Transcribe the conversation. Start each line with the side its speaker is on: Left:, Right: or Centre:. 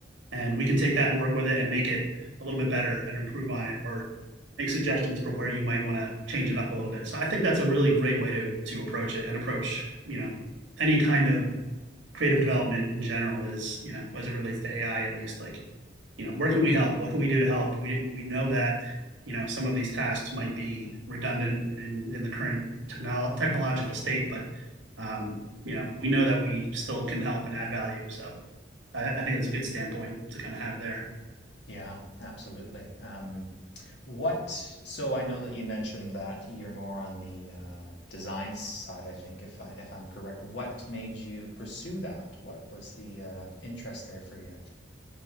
Right: and we can take that and work with it and make it a little bit better and improve on it or make suggestions for where you might want to change it up a little bit. So I think that's a really great way to to approach it and approach, you know, any kind of creative development in general is, you know, as it relates to AI at least like, you know, where can we help? What can we do to help? We we know that, you know, some of these tasks might be redundant in in the current technolo- technological state, but um, you know, we know that we still can help and add value. So I, I think it's a good standpoint to kind of have there.
Left: Yeah, absolutely. Um, what? So I know that you mentioned that you're more on the uh, design side. I think, if I if I'm correct, what made you pursue that? What was the uh, interest there for you?